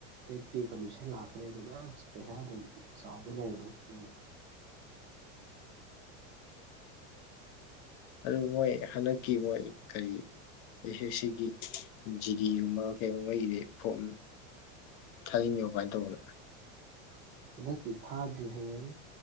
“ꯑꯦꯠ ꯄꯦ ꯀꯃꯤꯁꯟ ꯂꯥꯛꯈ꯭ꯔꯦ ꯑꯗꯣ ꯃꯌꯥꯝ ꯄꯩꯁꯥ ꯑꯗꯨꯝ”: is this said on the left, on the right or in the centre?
Right